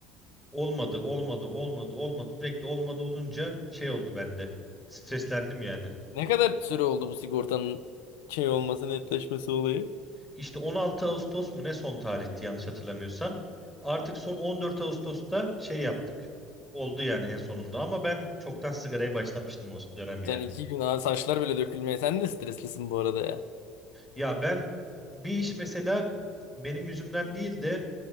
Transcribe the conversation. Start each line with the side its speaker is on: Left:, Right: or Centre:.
Centre: Olmadı, olmadı, olmadı, olmadı. Sürekli olmadı olunca şey oldu bende. Streslendim yani.
Left: Ne kadar süre oldu bu sigortanın şey olması netleşmesi olayı?
Centre: İşte 16 Ağustos mu ne son tarihti yanlış hatırlamıyorsam. Artık son 14 Ağustos'ta şey yaptık. Oldu yani en sonunda ama ben çoktan sigaraya başlamıştım o dönem yani.
Left: Sen iki gün abi saçlar bile dökülmeye. Sen de streslisin bu arada ya.
Centre: Ya ben bir iş mesela benim yüzümden değil de